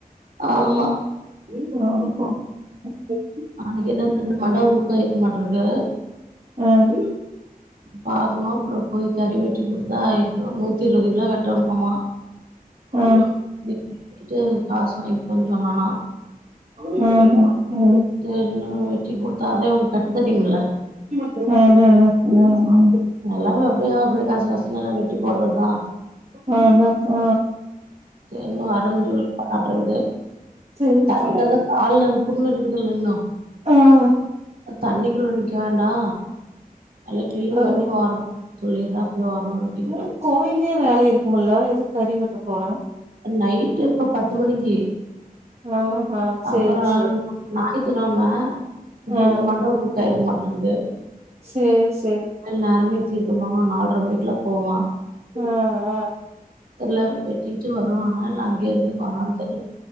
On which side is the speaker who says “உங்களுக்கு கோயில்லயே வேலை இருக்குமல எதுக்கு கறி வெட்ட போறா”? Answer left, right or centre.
Right